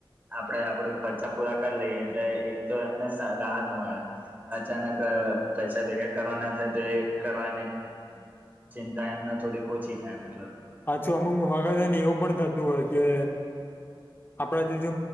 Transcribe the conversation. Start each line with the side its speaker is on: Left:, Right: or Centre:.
Right: આપડે આપડું ખર્ચા પૂરા કરી લઈએ એટલે એક તો એમને રાહત મળે. અચાનક પૈસા ભેગા કરવાના થાય તો એ કરવાની ચિંતા એમને થોડીક ઓછી થાય મતલબ.
Left: પાછુ અમુક વગદાને એવું પણ થતું હોય કે આપડા જે જે